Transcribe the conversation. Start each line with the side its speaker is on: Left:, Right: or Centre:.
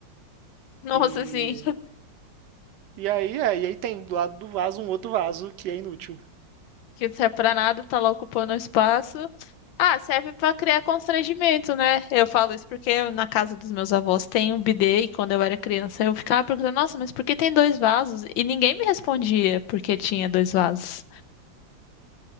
Left: Nossa,
Right: E,
Left: sim,
Right: e aí, é, e aí tem do lado do vaso um outro vaso que é inútil,
Left: que não serve pra nada, tá lá ocupando o espaço. Ah, serve para criar constrangimento, né? Eu falo isso porque na casa dos meus avós tem um bidê e quando eu era criança eu ficava perguntando, nossa, mas por que tem dois vasos? E ninguém me respondia porque tinha dois vasos.